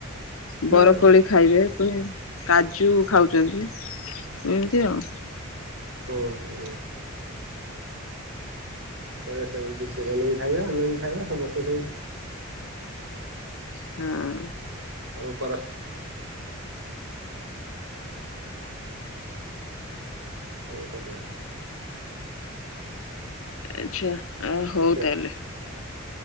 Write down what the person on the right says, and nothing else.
ଖାଇବେ
ଆଉ
ଓ ହୋ। କଣ କରିବା ସେମିତି ସେମାନେ ବି ଖାଇଆ ଆମେ ବି ଖାଇଆ ସମସ୍ତେ ସେମିତି।
ଆଉ ପରସ। ରୋଷଇ କରିବା।
ଆଉ